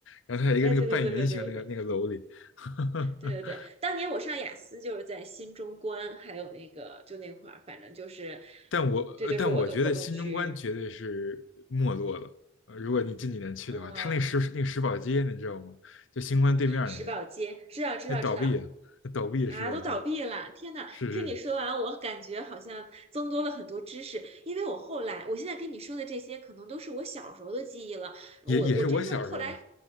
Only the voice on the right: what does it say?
哎，对对对对对对对
对对对，当年我上雅思就是在新中关，还有那个就那块儿，反正就是
这就是我的活动区域，
嗯，
石宝街，知道知道知道。
啊，都倒闭了！天呐，
听你说完，我感觉好像增多了很多知识。因为我后来，我现在跟你说的这些，可能都是我小时候的记忆了。我我真正后来，